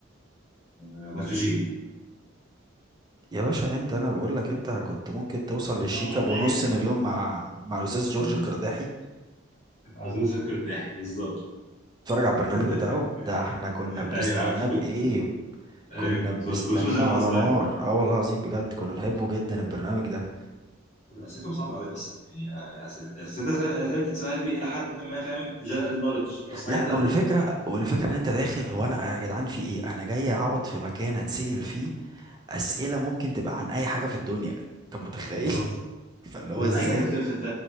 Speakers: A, on the left; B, on the right.
A: نيتروجين
B: يا باشا انت انا بقول لك انت كنت ممكن توصل
A: الله
B: للشيكا
A: عليا
B: بنص مليون مع مع الاستاذ جورج
A: <laughs>
B: القرداحي
A: عزوز الكرداحي بالظبط
B: اتفرج على البرنامج
A: <laughs>
B: بتاعه ده احنا كنا بنستناه
A: ايوه عارف
B: بايه
A: كنت كنت- ايوه
B: كنا
A: كنت
B: بنستناه
A: بشوف انا
B: على
A: صغير
B: نار اه والله العظيم بجد
A: مم.
B: كنا بنحبه جدا البرنامج ده
A: اسئلتهم صعبه قوي اصلا يعني أس- اسئله اسئله بتتسال دي الى حد ما فاهم جنرال نوليدج بس
B: لا
A: حاجات ال...
B: والفكره والفكره ان انت داخل هو انا يا جدعان في ايه انا جاي اقعد في مكان اتسال فيه اسئله ممكن تبقى عن اي حاجه في الدنيا انت متخيل
A: بالظبط
B: <laughs> فاللي
A: ب-
B: هو
A: اي
B: ازاي
A: حاجه في الدنيا فانت